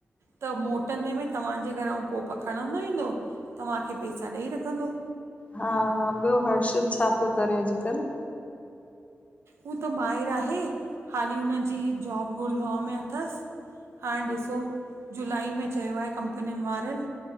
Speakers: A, on the right; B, on the left.
A: त मोटंदे में तव्हांजे घर जो कोप खणंदो ईंदो तव्हांखे पैसा ॾेई रखंदो।
B: हा हा ॿियो हर्षित छा पियो करे अॼकल?
A: हू त ॿाहिर आहे हाली हुनजी जॉब गुड़गांव में अथसि। हाण ॾिसो जुलाई में चयो आहे कंपनीयुनि वारन।